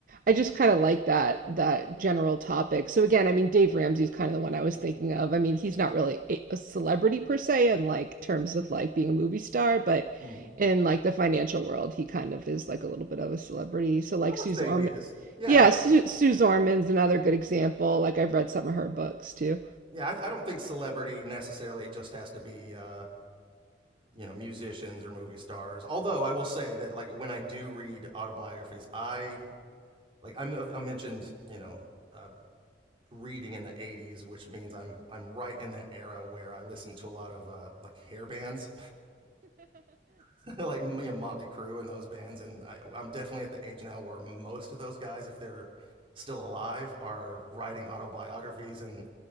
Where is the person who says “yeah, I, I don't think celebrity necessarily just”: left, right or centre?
Right